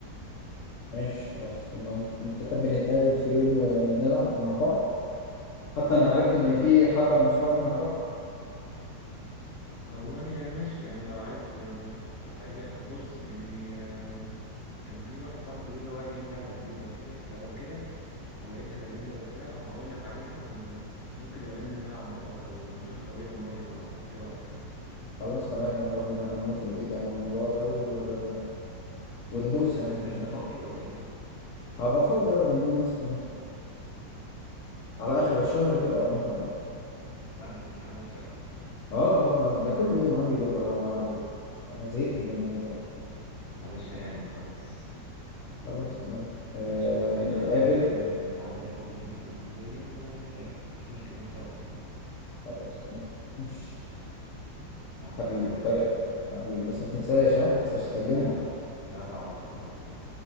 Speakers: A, on the left; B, on the left.
A: ماشي
B: بس
A: خلاص لو انت تحب نتقابل في يوم ونلعب مع بعض حتى
B: والله
A: انا عرفت ان
B: آه،
A: في حبة من صحابك انا اعرفهم
B: والله آه، ماشي يعني لو عايز آه، نشوف حاجة بص يعني آه، كان في واحد صاحبي بيقول لي هو هيجيب لعبة جديدة وكده فلو كده ولقيتها لذيذة وبتاع ما هقول لك عليها وممكن نبقى ننزل نلعب مع بعض او نشوفها لو هي اونلاين ولا حاجة ايه رأيك
A: خلاص تمام يلا بينا انا موافق جدا على الموضوع ده و... وندوس
B: قول لي بس
A: يعني
B: انت
A: ما عنديش
B: انت
A: مشاكل
B: فاضي ولا ايه
A: هبقى فاضي اه يعني قول مثلا آه، على اخر الشهر كده اه ممكن ابقى فاضي
B: انت عندك امتحانات
A: اه اه ده, ده كل يوم عندي بكره وبعده انا زهقت من
B: شكل
A: الموضوع ده
B: معلش هانت خلاص
A: خلاص تمام آه
B: ماشي لو كده
A: نتقابل
B: شوف الميعاد الفاضي ليك واللي ليا ونتقابل مفيش مشكلة إن شاء الله
A: خلاص تمام ماشي
B: يلا مع السلامة
A: حبيبي
B: يا
A: مفاجأة
B: باشا
A: حبيبي بس ما تنساش ها ما تنساش تكلمني
B: لا لا لا لا على طول على طول